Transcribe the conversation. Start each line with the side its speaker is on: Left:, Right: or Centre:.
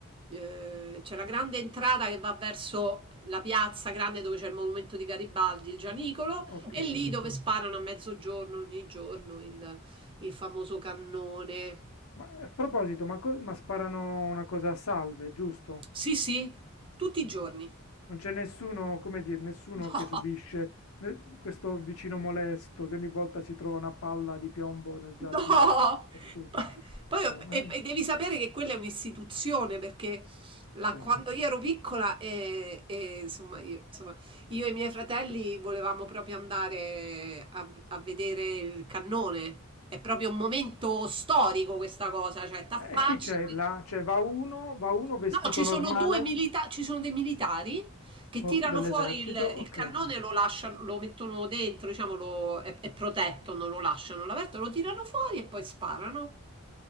Right: eh, c'è la grande entrata che va verso la piazza grande dove c'è il monumento di Garibaldi, il Gianicolo,
Left: Ok,
Right: e lì
Left: sì.
Right: dove sparano a mezzogiorno ogni giorno il il famoso cannone.
Left: Ma a proposito, ma, co- ma sparano una cosa a salve, giusto?
Right: Sì, sì, tutti i giorni.
Left: Mm. Non c'è nessuno, come dire, nessuno
Right: No,
Left: che subisce ne- questo vicino molesto che ogni volta si trova una palla di piombo nel giardino,
Right: <laughs> no.
Left: per fortuna.
Right: Pa- Poi, ho-
Left: Eh,
Right: e, e devi sapere che quella è un'istituzione perché la-
Left: sì.
Right: quando
Left: Eh,
Right: io ero piccola e, e, insomma, io, insomma, io e i miei fratelli volevamo proprio andare a, a vedere il cannone. È proprio un momento storico questa cosa, cioè t'affacci,
Left: E chi c'è là? Cioè, va uno, va uno vestito
Right: No, ci sono
Left: normale?
Right: due militari, ci sono dei militari che tirano
Left: Or- Dell'esercito,
Right: fuori il, il
Left: ok.
Right: cannone, lo lasciano, lo mettono dentro, diciamo, lo- è, è protetto, non lo lasciano all'aperto, lo tirano fuori e poi sparano